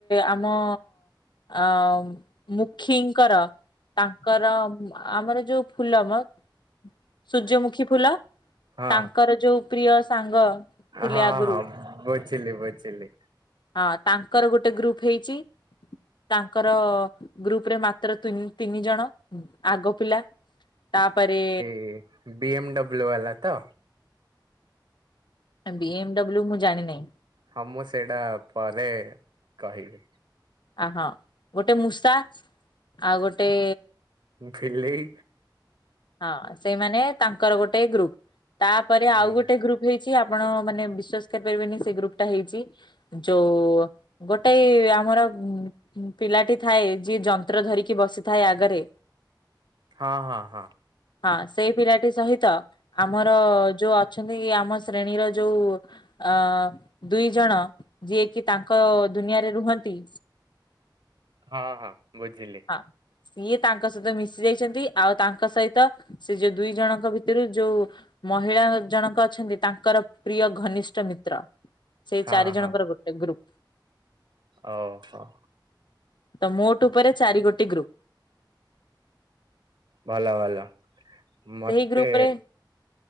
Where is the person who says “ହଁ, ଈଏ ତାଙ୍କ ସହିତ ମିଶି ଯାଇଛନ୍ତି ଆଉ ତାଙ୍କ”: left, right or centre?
Left